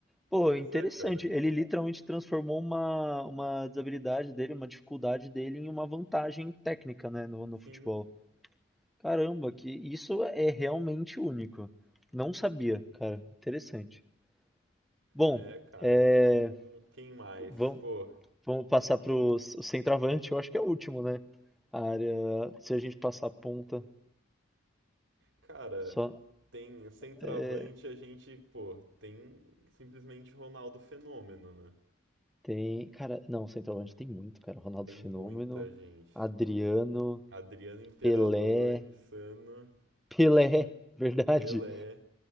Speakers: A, in the centre; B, on the right (about 80°).
A: Pô,
B: Pois
A: interessante.
B: é, cara.
A: Ele literalmente transformou uma, uma desabilidade dele, uma dificuldade dele, em uma vantagem técnica, né, no, no futebol.
B: Sim.
A: Caramba, que isso é realmente único. Não sabia, cara. Interessante. Bom,
B: É, cara,
A: é,
B: então quem mais?
A: vamos,
B: Pô,
A: vamos passar para o centroavante. Eu acho que é o último, né? A área. Se a gente passar a ponta,
B: cara,
A: só
B: tem centroavante
A: é,
B: a gente, pô, tem simplesmente Ronaldo Fenômeno, né?
A: tem. Cara, não, centroavante tem muito, cara. Ronaldo
B: Tem
A: Fenômeno,
B: muita gente.
A: Adriano,
B: Adriano Imperador,
A: Pelé.
B: Insano,
A: Pelé, <laughs> verdade.
B: Pelé.